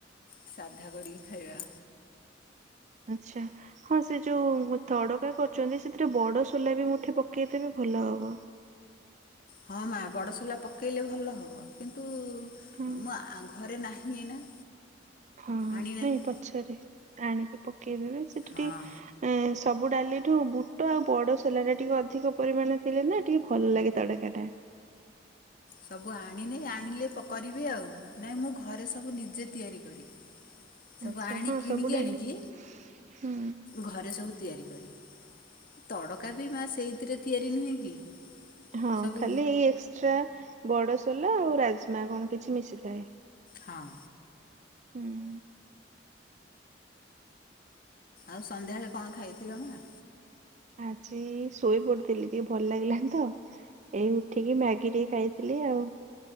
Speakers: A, on the left; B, on the right.
A: ସାଧା କରିକି ଖାଇବା।
B: ଆଚ୍ଛା ହଁ ସେ ଯୋଉ ତଡକା କରୁଛନ୍ତି ସେଥିରେ ବଡ ସୋଲା ବି ମୁଁଠେ ପକେଇଦେଲେନି ଭଲ ହବ।
A: ହଁ ମା ବଡ଼ ସୋଲା ପକେଇଲେ ଭଲ ହବ କିନ୍ତୁ
B: ହଁ
A: ମୁଁ ଘରେ ନାହି ଏଇନା।
B: ହଁ
A: ଆଣିନାହିଁ
B: ନାଇଁ ପଛରେ ଆଣିକି ପକେଇଦେବେ ସେଠି
A: ହଁ
B: ଟିକେ ଏଁ ସବୁ ଡାଲିଠୁ ବୁଟ ଆଉ ବଡ ସୋଲା ଟା ଟିକେ ଅଧିକ ପରିମାଣ ଥିଲେ ନା ଟିକେ ଭଲ ଲାଗେ ତଡ଼କା ଟା
A: ସବୁ ଆଣିନି ଆଣିଲେ କରିବି ଆଉ ନାଇଁ ମୁଁ ଘରେ ସବୁ ନିଜେ ତିଆରି କରେ। ସବୁ
B: ଆଛା
A: ଆଣି
B: ହଁ
A: କିଣିକି
B: ସବୁ ଡେଲି
A: ଆଣିକି
B: ହୁଁ।
A: ଘରେ ସବୁ ତିଆରି କରେ ତଡକା ବି ମା ସେଇଥିରେ ତିଆରି ନୁହେଁ କି?
B: ହଁ
A: ସବୁ
B: ଖାଲି ଏଇ ଏକ୍ସଟ୍ରା ବଡସୋଲା ଆଉ ରାଯମା କଣ କିଛି ମିଶିଥାଏ।
A: ହଁ
B: ହୁଁ
A: ଆଉ ସନ୍ଧ୍ୟାବେଳେ କଣ ଖାଇଥିଲ ମା
B: ଆଜି ଶୋଇ ପଡିଥିଲି ଟିକେ ଭଲ ଲାଗିଲାନି ତ। ଏଇ ଉଠିକି ମ୍ୟାଗି ଟିକେ ଖାଇଥିଲି ଆଉ।